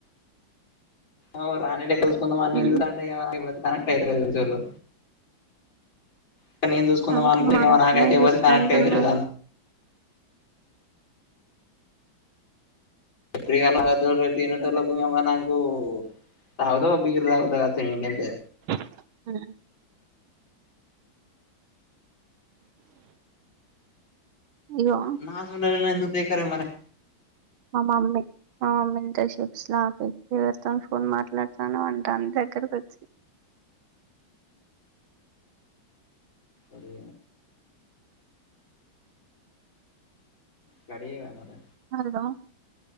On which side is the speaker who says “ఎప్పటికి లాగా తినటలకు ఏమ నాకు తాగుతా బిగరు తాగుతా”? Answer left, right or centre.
Left